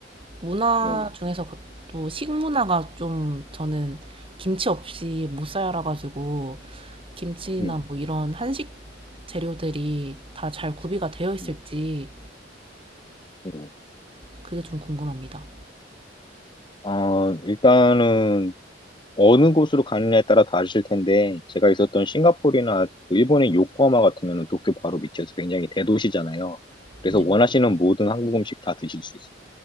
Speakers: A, on the right; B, on the left.
A: 문화
B: 예,
A: 중에서 거- 또 식문화가 좀 저는 김치 없이 못 살아가지고, 김치나
B: 예.
A: 뭐 이런 한식 재료들이 다 잘 구비가 되어 있을지,
B: 예. 예.
A: 그게 좀 궁금합니다.
B: 어, 일단은 어느 곳으로 가느냐에 따라 다르실 텐데 제가 있었던 싱가포르나 그 일본의 요코하마 같으면 도쿄 바로 밑이어서 굉장히 대도시잖아요. 그래서
A: 네.
B: 원하시는 모든 한국 음식 다 드실 수 있어요.